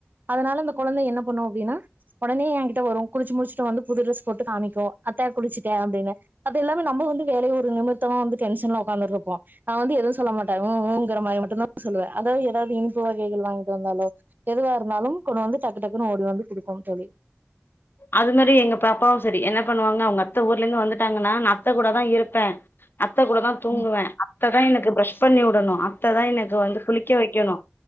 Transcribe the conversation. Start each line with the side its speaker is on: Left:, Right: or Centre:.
Right: அதனால அந்த கொழந்த என்ன பண்ணு அப்டின்னா உடனே என் என்கிட்ட வரு குளிச்சு முடிச்சுட்டு வந்து புது ட்ரெஸ் போட்டு காமிக்கு அத்த குளிச்சுட்ட அப்டின்னு அது எல்லாமே நம்ம வந்து வேலைய ஒரு நிமித் த்தோ வந்து டென்ஷன்ல உக்காந்துட்ருப்போ நா வந்து எது சொல்ல மாட்டே ம் ஊ ங்கிற மாரி மட்டு தா சொல்லுவே அதாவ ஏதாவது இனிப்பு வகைகள் வாங்கிட்டு வந்தாலோ எதுவா இருந்தாலு கொண்டு வந்து டக்கு டக்குன்னு ஓடி வந்து குடுக்குனு தோங
Left: அது மாதிரி எங்க பாப்பாவு சரி என்ன பண்ணுவாங்க அவங்க அத்த ஊர்ல இருந்து வந்துட்டாங்கன்னா நா அத்த கூட தா இருப்பே அத்த கூட தா தூங்குவே
Right: ம்
Left: அத்த தா எனக்கு ப்ரஷ் பண்ணி விடணு அத்த தான் எனக்கு வந்து குளிக்க வைக்கணு